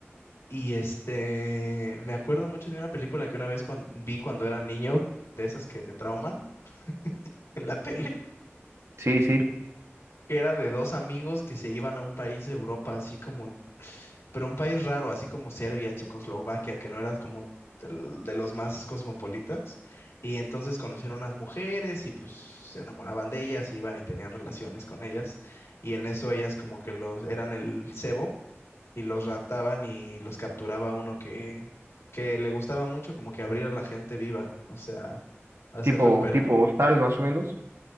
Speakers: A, on the left; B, on the right.
A: Y este, me acuerdo mucho de una película que una vez con- vi cuando era niño, de esas que te trauman <laughs> en la tele,
B: sí, sí.
A: que era de dos amigos que se iban a un país de Europa así como pero un país raro, así como Serbia, Checoslovaquia, que no era como del- de los más cosmopolitas. Y entonces conocieron unas mujeres y pues se enamoraban de ellas, iban y tenían relaciones con ellas. Y en eso ellas como que los eran el cebo y los raptaban y los capturaba uno que, que le gustaba mucho como que abrir a la gente viva, o sea, hacerle
B: Tipo,
A: opera.
B: tipo Hostal, más o menos.